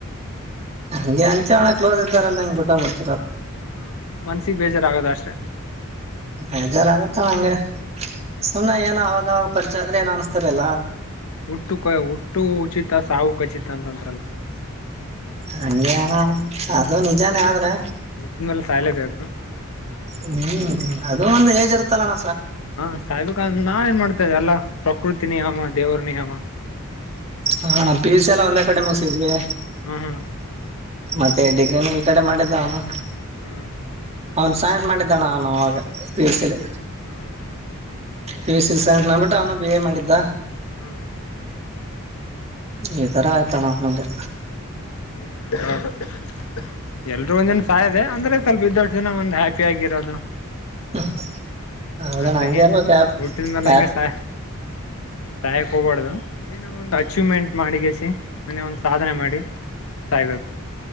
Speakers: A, on the right; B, on the left.
A: ಹಂಗೆ ಅಂಚ ಒಣ ಕ್ಲೋಸ್ ಇದ್ದಾರಲ್ಲ ನಂಗ್ ಬಿಟ್ಟ ಬಿಟ್ಟ
B: ಹ್ಮ ಮನ್ಸಿಿಗೆ ಬೇಜಾರಾಗದ ಅಷ್ಟೆ
A: ಬಜಾರ್ ಆಗತ್ತ ನಂಗೆ ಸುಮ್ ಏನ ಅವಾಗ ಪರಿಚಯ ಆದ್ರೆ ಏನ್ ಅನಿಸತಾರಲ್ಲ
B: ಹುಟ್ಟು ಕ ಹುಟ್ಟು ಉಚಿತ ಸಾವು ಖಚಿತ ಅಂತಂದ
A: ಹಗೆಣ್ಣ ಅದು
B: ಹ್ಮ್
A: ನಿಜಾನೇ ಆದ್ರೆ
B: ಹುಟ್ಟಿದ ಮೇಲೆ ಸಾಯ್ಲೇಬೇಕು
A: ಹ್ಮ್ ಅದು ಒಂದ್ ಏಜ್ ಇರ್ತ್ತಲ್ಲಣ
B: ಹಾ ಸಾಹಿಬ್ ಖಾನ್ ನಾ ಏನ್ ಮಾಡ್ತೇ್ದ ಅಲ್ಲಾ ಪ್ರಕೃತಿ ನಿಿಯಮ ದೇವರ ನಿಿಯಮ
A: ಹಾ ನಾ ಪೀಲ್ಸ ಎಲ್ಲ ಒಂದೇ ಕಡೆ ಮುಗಿಸಿದ್ವಿ
B: ಹ್ಮ್ ಹ್ಮ್
A: ಮತ್ತೆ ಡಿಗ್ರಿನ ಈ ಕಡೆ ಮಾಡಿದ್ದ ಅವನು
B: ಹ್ಮ್
A: ಅವನು ಸೈನ್ಸ್ ಮಾಡಿದ್ದಾನ ಅವನು ಅವಾಗ ಪಿ ಎಸ್ ಸಿಲಿ
B: ಹ್ಮ್ ಹ್ಮ್
A: ಪಿ ಯು ಸಿಲಿ ಸೈನ್ಸ್ ಮಾಡ್ಬಿಟ್ಟು ಅವನು ಬಿ ಎ ಮಾಡಿದ್ದ
B: ಹ್ಮ್
A: ಈ ತರ ಆಯ್ತಣ ನನಗೆ
B: ಏನ್ ಮಾಡ <inaudible> ಎಲ್ರುೂ ಒಂದ್ನ ಸಯೋದೆ ಅಂದ್ರೆ ಸ್ವಲ್ಪ ಇದೊಷ್ಟ ದಿನ ಒಂದ್ ಹ್ಯಾಪಿ ಆಗಿರೋದು
A: <unintelligible> ಹೌದಣ
B: ಅಷ್ಟಾಗಿ
A: ಹಂಗಗೆರ್ಬೇಕ್ಯಾಪಿ
B: ಹುಟ್ಟಿದ್ಮೇಲೆ ಹಂಗೆ ಸಾಯ ಸಾಯಕ್ ಹೋಗಬಾರ್ದು ಏನ ಒಂದ್ ಅಚೀವ್ಮೆಂಟ್ ಮಾಡಿಗಸಿ ಮನ ಒಂದ್ ಸಾಧನೆ ಮಾಡಿ ಸಾಯ್ಬೇಕು